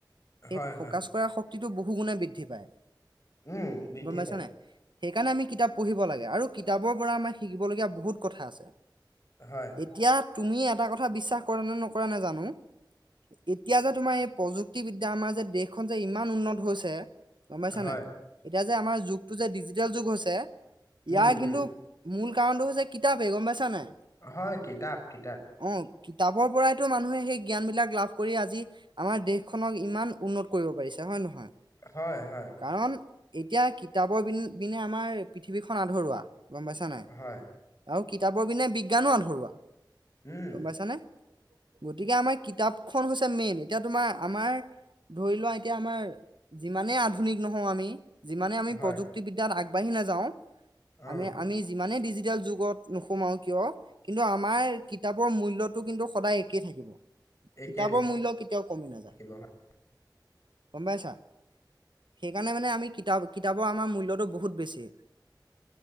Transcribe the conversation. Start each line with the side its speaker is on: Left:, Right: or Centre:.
Right: সেই
Left: হয়, হয়।
Right: ফকাছ কৰা শক্তিটো বহু গুণে বৃদ্ধি পায়।
Left: উম। বৃদ্ধি
Right: গম পাইছা
Left: পায়।
Right: নে নাই? সেইকাৰণে আমি কিতাপ পঢ়িব লাগে আৰু কিতাপৰ পৰা আমাৰ শিকিবলগীয়া বহুত কথা আছে।
Left: হয়।
Right: এতিয়া তুমি এটা কথা বিশ্বাস কৰা নে নকৰা নেজানো। এতিয়া যে তোমাৰ এই প্ৰযুক্তিবদ্যা আমাৰ যে দেশখন যে ইমান উন্নত হৈছে। গম পাইছানে
Left: হয়,
Right: নাই! এতিয়া যে আমাৰ যুগটো যে ডিজিটেল যুগ হৈছে ইয়াৰ
Left: উম,
Right: কিন্তু
Left: উম,
Right: মূল কাৰণটো হৈছে কিতাপে গম পাইছা নে নাই?
Left: হয়, কিতাপ কিতাপ।
Right: অ', কিতাপৰ পৰাইতো মানুহে সেই জ্ঞান বিলাক লাভ কৰি আজি আমাৰ দেশখনক ইমান উন্নত কৰিব পাৰিছে হয় নে নহয়?
Left: হয় হয়।
Right: কাৰণ এতিয়া কিতাপৰ বি বিনে আমাৰ পৃথিৱীখন আধৰুৱা। গম পাইছা নাই
Left: হয়,
Right: আৰু কিতাপৰ পনে বিজ্ঞানো আধৰোৱা।
Left: উম,
Right: গম পাইছানে গতিকে আমাৰ কিতাপখন হৈছে মেইন এতিয়া তোমাৰ আমাৰ। ধৰি লোৱা এতিয়া আমাৰ যিমানে আ। আধুনিক নহও আমি যিমানে আমি
Left: হয়,
Right: প্ৰযুক্তিব বিদ্যাত আগবাঢ়ি নাযাওঁ।
Left: অ',
Right: আমি আমি যিমানে ডিজিটেল যুগত। নোখোমাও কিয় কিন্তু আমাৰ কিতাপৰ মূল্যটো কিন্তু সদায় একেই থাকে।
Left: একেই
Right: কিতাপৰ
Left: থাকি
Right: মূল্য কেতিয়াও কমি নাযায়
Left: থাকিব হয়।
Right: গম পাইছা? সেইকাৰণে মানে আমি কিতাপ কিতাপৰ আমাৰ মূল্যটো বহুত বেছি।